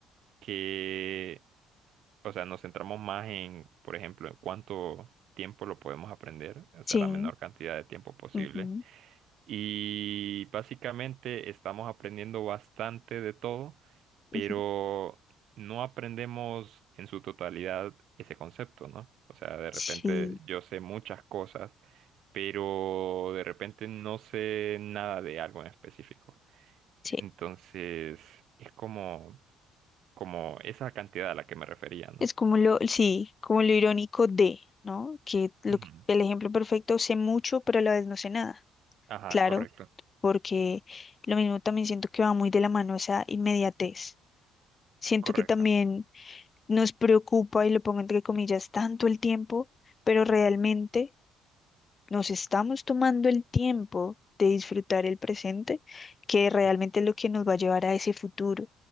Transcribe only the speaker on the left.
Sí,
ujú,
ujú,
Sí,
sí.
Es como lo, sí, como lo irónico de, ¿no? Que lo
que- el ejemplo perfecto, sé mucho, pero a la vez no sé nada.
Claro,
porque lo mismo también siento que va muy de la mano esa inmediatez. Siento
que también nos preocupa, y lo pongo entre comillas, tanto el tiempo, pero realmente nos estamos tomando el tiempo de disfrutar el presente, que realmente
es lo que nos va a llevar a ese futuro,